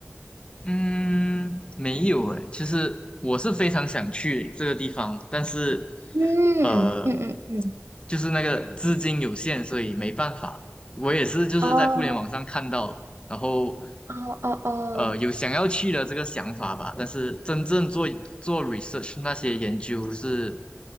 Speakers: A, on the left (about 25°); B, on the right (about 75°).
A: 嗯，没有诶，其实我是非常想去这个地方，但是
B: 嗯嗯嗯嗯，
A: 呃，就是那个资金有限，所以没办法。我也是就是在互联网上看到，
B: 哦。
A: 然后
B: 哦哦哦，
A: 呃有想要去的这个想法吧，但是真正做做 research 那些研究是